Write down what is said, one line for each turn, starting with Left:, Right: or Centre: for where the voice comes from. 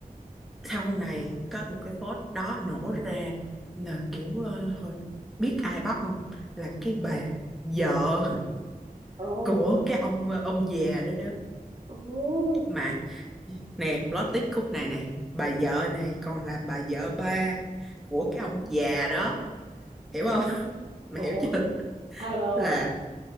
Centre: sau này có một cái post đó nổ ra là kiểu ờ, hồi biết ai bóc không là cái bà vợ
Right: ồ
Centre: của cái ông ờ, ông già đó đó
Right: ồ
Centre: mà nè plot twist khúc này này bà vợ này còn là bà vợ ba của cái ông già đó hiểu không <laughs> mày
Right: ủa
Centre: hiểu chưa
Right: alo
Centre: là
Right: à